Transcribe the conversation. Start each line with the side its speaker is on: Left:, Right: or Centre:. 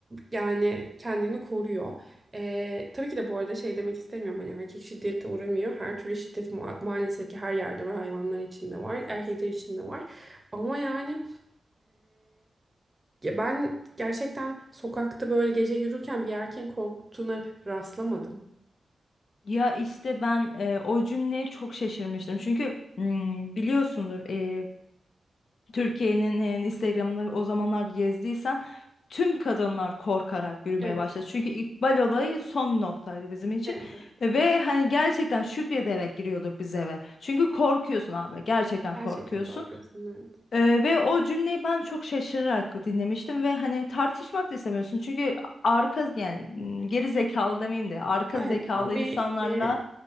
Right: yani kendini koruyor. Ee, tabii ki de bu arada şey demek istemiyorum hani erkek şiddete uğramıyor. Her türlü şiddet ma- maalesef ki her yerde var. Hayvanlar içinde var,
Left: Evet.
Right: erkekler içinde var. Ama yani ya ben gerçekten sokakta böyle gece yürürken bir erkeğin korktuğuna rastlamadım.
Left: Ya işte ben e, o cümleye çok şaşırmıştım. Çünkü mm, biliyorsundur e, Türkiye'nin e, Instagram'ını o zamanlar gezdiysen tüm kadınlar korkarak yürümeye
Right: Evet,
Left: başladı. Çünkü İkbal olayı son noktaydı bizim için.
Right: evet, evet.
Left: E, Ve hani gerçekten şükrederek giriyorduk biz eve. Çünkü korkuyorsun abi. Gerçekten
Right: Gerçekten
Left: korkuyorsun.
Right: korkuyorsun. Evet.
Left: Ee, ve o cümleyi ben çok şaşırarak dinlemiştim ve hani tartışmak da istemiyorsun. Çünkü arka yani m, geri zekalı demeyeyim de arka
Right: Evet,
Left: zekalı
Right: ama bir
Left: insanlarla
Right: e,